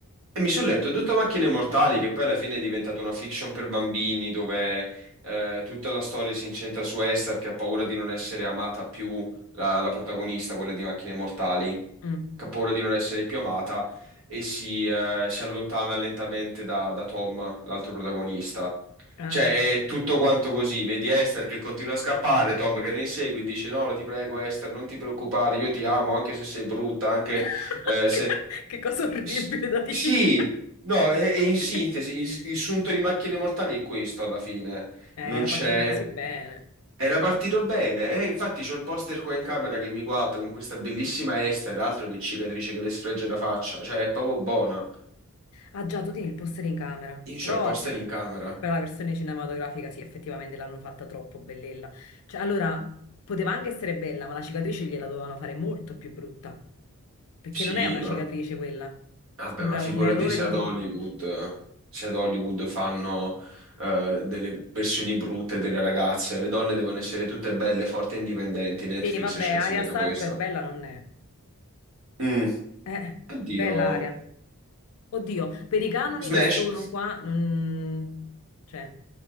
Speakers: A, on the right; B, on the left.
A: E mi sono letto tutto Macchine Mortali, che poi alla fine è diventata una fiction per bambini, dove eh, tutta la storia si incentra su Esther, che ha paura di non essere amata più, la, la protagonista, quella di Macchine Mortali,
B: Mm.
A: che ha paura di non essere più amata e si, eh, si allontana lentamente da, da Tom, l'altro protagonista.
B: Ah.
A: Cioè, è tutto quanto così. Vedi Esther che continua a scappare, Tom che le insegue e dice: No, ti prego, Esther, non ti preoccupare, io ti amo, anche se sei brutta, anche
B: <laughs>
A: eh, se.
B: Che che cosa orribile
A: S-
B: da dire.
A: Sì, no, e- e
B: <laughs>
A: in sintesi, il, il sunto di Macchine Mortali è questo alla fine.
B: Eh,
A: Non
B: era
A: c'è.
B: partito così bene.
A: Era partito bene, eh, infatti c'ho il poster qua in camera che mi guarda con questa bellissima Esther, altro che cicatrice che le sfregge la faccia, cioè è proprio buona.
B: Ah già, tu tieni il poster in camera,
A: Io
B: però
A: c'ho il poster
B: eh,
A: in camera.
B: per la versione cinematografica sì, effettivamente l'hanno fatta troppo bellella. Cioè, allora, poteva anche essere bella, ma la cicatrice gliela dovevano fare molto più brutta, perché
A: Sì,
B: non è una
A: va-
B: cicatrice quella,
A: vabbè,
B: sembra
A: ma figurati
B: un errore
A: se
B: di
A: ad
B: trucco.
A: Hollywood, se ad Hollywood fanno eh, delle versioni brutte delle ragazze, le donne devono essere tutte belle, forti e indipendenti. Netflix
B: Sì, vabbè,
A: ci ha
B: Arya
A: insegnato
B: Stark
A: questo.
B: è bella non è.
A: Mm,
B: Eh,
A: oddio.
B: bella Arya. Oddio, per i canoni
A: Smash.
B: che sono qua, non... cioè...